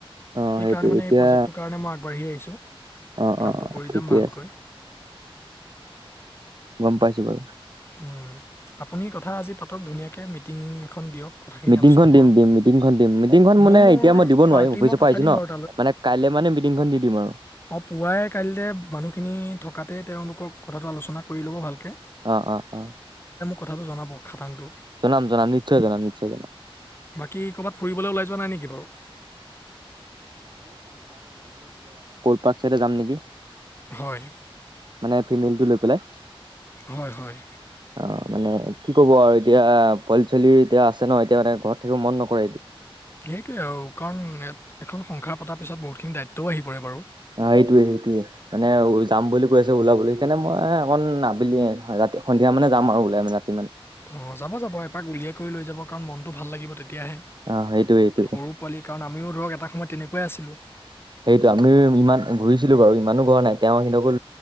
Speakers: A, on the right; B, on the left.
A: অ',
B: সেই
A: সেইটোৱে
B: কাৰণে মানে
A: এতিয়া
B: এই প্ৰজেক্টটো কাৰণে মই আগবাঢ়ি আহিছোঁ
A: অ',
B: কামটো
A: অ', অ',
B: কৰি
A: ঠিকে
B: যাম ভালকৈ।
A: আছে গম পাইছো বাৰু।
B: উ আপুনি কথা আজি পাতক ধুনীয়াকে মিটিং এখন দিয়ক। কথাখিনি
A: মিটিংখন
B: আলোচনা কৰক
A: দিম দিম মিটিংখন দিম মিটিংখন
B: মই
A: মানে
B: মোৰ
A: এতিয়া মই দিব
B: পাৰ্টি
A: নোৱাৰিম অফিচৰ
B: মই পঠাই
A: পৰা আহছো
B: দিম
A: ন
B: বাৰু
A: মানে কাইলে মানে মিটিংখন দি দিম আৰু।
B: অ পুৱাই কাইলে মানুহখিনি থকাতে তেওঁলোকক কথাটো আলোচনা কৰি ল'ব ভালকে।
A: অ অ অ।
B: কথাটো জনাব খাটাংটো।
A: জনাম জনাম নিশ্চয় জনাম নিশ্চয় জনাম।
B: বাকী ক'ৰবাত ফুৰিবলে ওলাই যোৱা নাই নেকি বাৰু?
A: পাক চাইদে যাম নেকি।
B: হয়।
A: মানে ফিমেইলটো লৈ পেলাই।
B: হয় হয়।
A: অ মানে কি কব আৰু এতিয়া পোৱালি চোৱালি এতিয়া আছে ন এতিয়া মানে ঘৰত থাকিব মন নকৰে এতিয়া।
B: সেইটোৱে আৰু কাৰণ এখন সংসাৰ পতাৰ পিছত বহুতখিনি দায়িত্বও আহি পৰে বাৰু।
A: অ এইটোৱে সেইটোৱে মানে যাম বুলি কৈ আছে ওলাবলৈ সেইকাৰণে মই অকণ আবেলি সন্ধিয়া মানে যাম আৰু ওলাই মানে ৰাতিমানে।
B: অ যাব যাব এপাক উলিয়াই কৰি লৈ যাব কাৰণ মনতটো ভাল লাগিব তে তেতিয়াহে
A: অ সেইটোয়ে সেইটোয়ে
B: সৰু পোৱালি কাৰণ আমিও ধৰক এটা সময়ত তেনেকুৱাই আছিলোঁ।
A: সেইটো আমি ইমান ঘূৰিছিলো বাৰু ইমানো নাই তেওঁ সিকো,